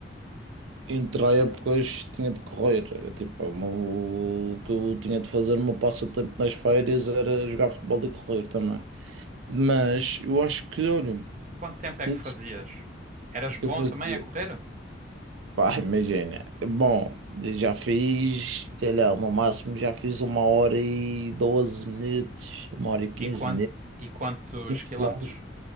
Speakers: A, on the right; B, on the right.
A: entre a épocas tinha de correr. Era Tipo, o o que eu tinha de fazer o meu passatempo nas férias era jogar futebol e correr também. Mas eu acho que, olha,
B: Quanto tempo é
A: isso
B: que fazias? Eras bom
A: eu fazia.
B: também a correr?
A: Pá, imagina, bom, já fiz, sei lá, no máximo já fiz uma hora e 12 minutos, uma hora e quinze
B: E, quan- e quantos
A: minutos.
B: quilómetros?